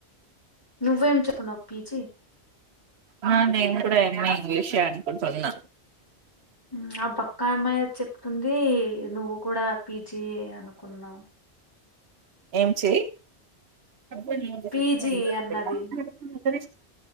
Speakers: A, on the left; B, on the right.
A: నువ్వు ఏమి చెప్పినావ్ పీజీ
B: ఆ నేను కూడా ఎంఏ ఇంగ్లీషే అనుకుంటున్నా
A: యూ ఆ బక్క ఆ అమ్మాయి చెప్తుంది నువ్వు కూడా పీజీ అనుకున్నావ్
B: ఏం చేయ్ అబ్బాయిని నోట్ చేసేకి
A: పీజీ
B: ఇట్ల అయిందా <unintelligible>
A: అన్నది
B: ఎట్ల